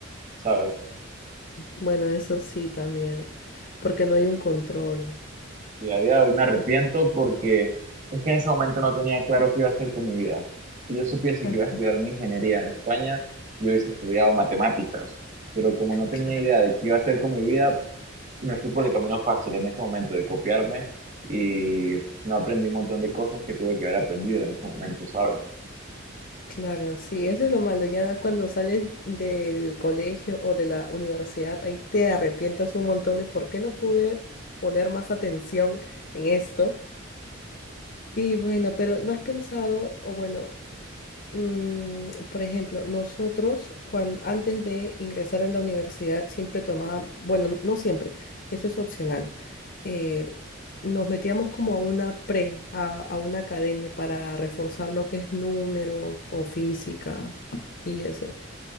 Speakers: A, on the right (about 40°); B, on the left (about 50°).
A: ¿sabes?
B: Bueno, eso sí también, porque no hay un control.
A: Y a día de hoy me arrepiento porque es que en ese momento no tenía claro qué iba a hacer con mi vida. Si yo supiese
B: Ah,
A: que iba a estudiar una ingeniería en España, yo hubiese estudiado matemáticas. Pero como no tenía
B: claro,
A: idea de qué iba a hacer con mi vida, me fui por el camino fácil en ese momento de copiarme y no aprendí un montón de cosas que tuve que haber aprendido en ese momento, ¿sabes?
B: claro, sí, eso es lo malo. Ya cuando sales del colegio o de la universidad, ahí te arrepientes un montón de por qué no pude poner más atención en esto. Y bueno, pero ¿no has pensado, o bueno, Mm, por ejemplo, nosotros cuando, antes de ingresar a la universidad siempre tomábamos, bueno, no siempre, eso es opcional. eh, nos metíamos como a una pre, a, a una academia para reforzar lo que es números o física y eso.